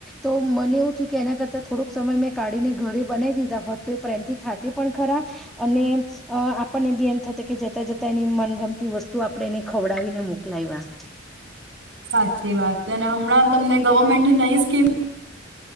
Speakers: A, in the centre; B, on the right (about 65°).
A: તો મને એવું થયું કે એના કરતાં થોડોક સમય મેં કાઢીને ઘરે બનાવી દીધા હોત તો એ પ્રેમથી ખાતે પણ ખરા અને આપણને બી એમ થ કે જતા જતા એની મનગમતી વસ્તુ આપણે એને ખવડાવીને મોકલાવ્યા.
B: સાચી વાત છે. અને હમણાં તમને ગવર્મેન્ટની નઈ સ્કીમ